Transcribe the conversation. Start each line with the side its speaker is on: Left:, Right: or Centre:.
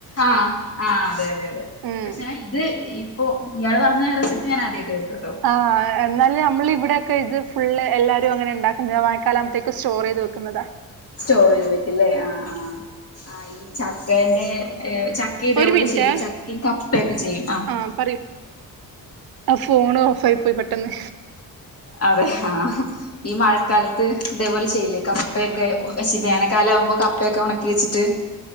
Left: ആഹ ആ അതെ അതെ അതെ
Right: ഉം
Left: പക്ഷെ ഞാൻ ഇത് ഇപ്പോ ഇയാള് പറഞ്ഞ റെസിപ്പി ഞാൻ ആദ്യയിട്ട് കേക്കട്ടോ
Right: ആ എന്നാല് നമ്മൾ ഇവിടെയൊക്കെ ഇത് ഫുള് എല്ലാരും അങ്ങനെ ഉണ്ടാക്കുന്നത്ത് മഴക്കാാല ആകുപഴത്തേക്ക് സ്റ്റോർ ചെയ്ത് വെക്കുന്നതാ
Left: സ്റ്റോർ ചെയ്ത് വയ്ക്കുല്ലേ ആ ആഹ് ആ ഈ ചക്കന്റെ ച ചക്കി ഇതേപോലെ
Right: ഒരു മിനിറ്റേ
Left: ചെയ്യും ചക്കയും കപ്പൊക്കെ ചെയ്യും ആഹ
Right: ആഹ് പറയൂ ആ ഫോൺ ഓഫ് ആയി പോയി പെട്ടെന്ന്
Left: അതെ ആഹ ഈ മഴക്കാലത്ത് ഇതേപോലെ ചെയ്ല്ലേ കപ്പയൊക്കെ ഒ വേനൽക്കാലം ആകുമ്പോ കപ്പയൊക്കെ ഉണക്കി വെച്ചിട്ട്